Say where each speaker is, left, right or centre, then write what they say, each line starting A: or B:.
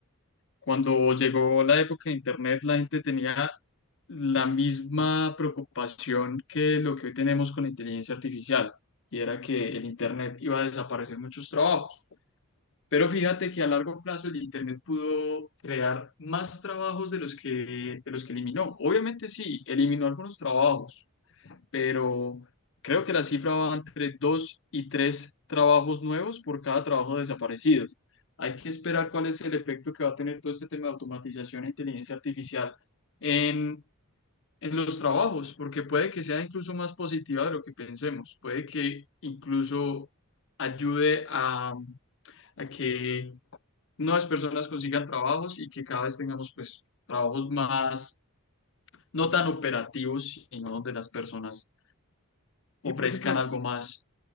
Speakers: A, on the left; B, on the left.
A: cuando llegó la época de Internet, la gente tenía la misma preocupación que lo que hoy tenemos con la inteligencia artificial. Y era que el Internet iba a desaparecer muchos trabajos. Pero fíjate que a largo plazo el Internet pudo crear más trabajos de los que, de los que eliminó. Obviamente sí, eliminó algunos trabajos, pero creo que la cifra va entre dos y tres trabajos nuevos por cada trabajo desaparecido. Hay que esperar cuál es el efecto que va a tener todo este tema de automatización e inteligencia artificial en, en los trabajos, porque puede que sea incluso más positiva de lo que pensemos, puede que incluso ayude a a que nuevas personas consigan trabajos y que cada vez tengamos pues trabajos más, no tan operativos, sino donde las personas
B: Y
A: ofrezcan
B: por ejemplo,
A: algo más.